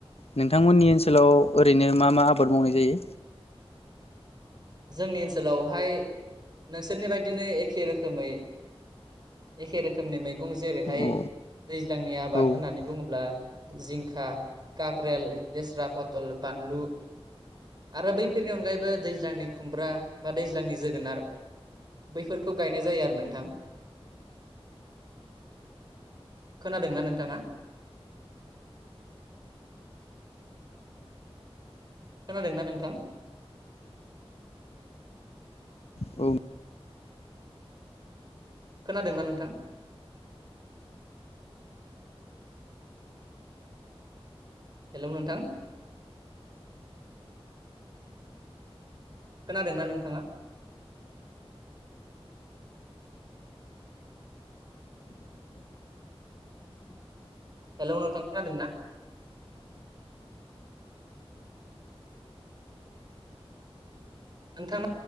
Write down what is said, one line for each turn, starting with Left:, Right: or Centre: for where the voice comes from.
Left: नोंथांमोननि ओनसोलाव ओरैनो मा मा आबाद मावनाय जायो?
Right: जोंनि ओनसोलावहाय नोंसोरनि बायदिनो एखे रोखोमै एखे रोखोमनि मैगं जेरैहाय
Left: औ
Right: दैज्लांनि आबाद
Left: औ
Right: होननानै बुङोब्ला जिंखा खाक्रेल लेस्रा पथल बानलु आरो बैफोरनि अनगायैबो दैज्लांनि खुमब्रा बा दैज्लांनि जोगोनार बैफोरखौ गायनाय जायो आरो नोंथां। खोनादोंना नोंथाङा? <inaudible> खोनादोंना नोंथां?
Left: उम
Right: खोनादोंना नोंथां? हेलौ नोंथां खोनादोंना नोंथाङा? हेलौ नोंथां खोनादोंना? नोंथां